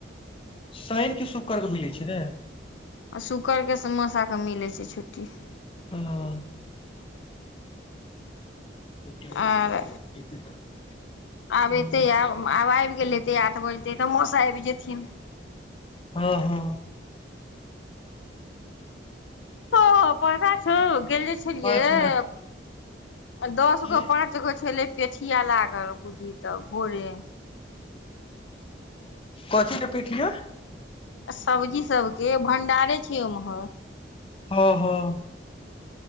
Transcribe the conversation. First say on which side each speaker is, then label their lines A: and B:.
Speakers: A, on the left (about 30°); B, on the left (about 80°).
A: शैनके शुकर बुझैतं छिहि ने
B: आ शुकड़के मौसाके मिलै छै छुट्टी
A: हँ <inaudible>
B: आर आब एतै आब आबि गेलेतै आठ बजतै तऽ मौस आबि जेथिन
A: हँ हँ
B: ह पैसा छ गेले छलियै
A: पाँच मिनट
B: दस
A: की
B: गो पाँच कत गो छले पेठिया लागल बुझी तऽ भोरे
A: कथी के पीठिया
B: सब्जी सबके भं्डारे छै उम्हर
A: हँ हँ